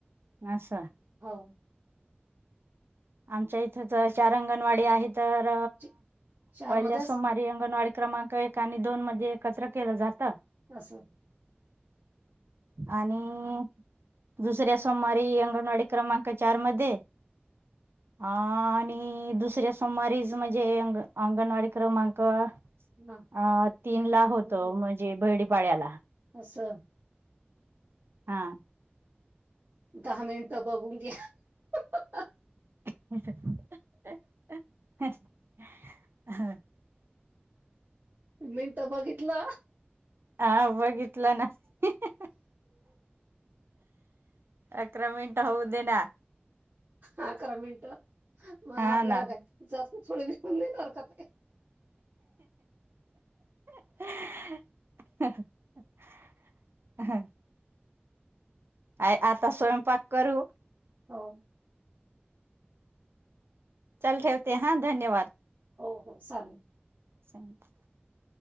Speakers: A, on the right; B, on the right.
A: आस
B: हो
A: आमच्या इथं ज चार अंगणवाडी आहेत. तर
B: च- चार
A: पयल्या
B: मध्येच
A: सोमारी अंगणवाडी क्रमांक एक आणि दोन मध्ये एकत्र केलं जात का?
B: असं
A: आणि दुसऱ्या सोमवारी अंगणवाडी क्रमांक चार मध्ये, अ आणि दुसऱ्या सोमवारीच म्हजे अंग अंगणवाडी क्रमांक अ
B: हा.
A: तीन
B: आता
A: ला होतो म्हजे बैडीपाड्याला
B: असं
A: हा.
B: दहा मिनिटं बघून घ्या.
A: <inaudible>
B: मिंट बघितलं.
A: आ बघितलं ना <unintelligible> अकरा मिनिट होऊ देे ना
B: अकरा मिंट मग
A: हा
B: आपल्याला
A: ना
B: काय जास् थोडे <unintelligible> देणार का ते
A: <inaudible> अय आता स्वयंपाक करू.
B: हो.
A: चल ठेवते हा धन्यवाद
B: हो हो सालेल
A: <unintelligible>